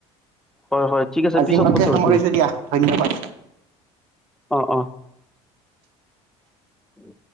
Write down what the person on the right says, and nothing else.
আজি
মহে
সামৰিছো
দিয়া ধন্যবাদ।